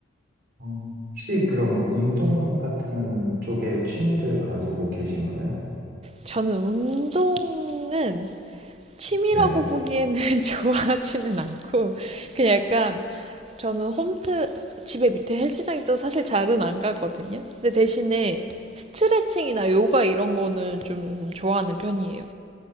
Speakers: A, on the right (about 50°); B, on the right (about 30°).
A: 어, 혹시 그럼 운동 같은 쪽에 취미를 가지고 계신가요?
B: 저는 운동은 취미라고
A: 네.
B: 보기에는 <laughs> 좋아하지는 않고 그냥 약간 저는 홈트 집에 밑에 헬스장 있어서 사실 잘은 안 가거든요. 근데 대신에 스트레칭이나 요가 이런 거는 좀 좋아하는 편이에요.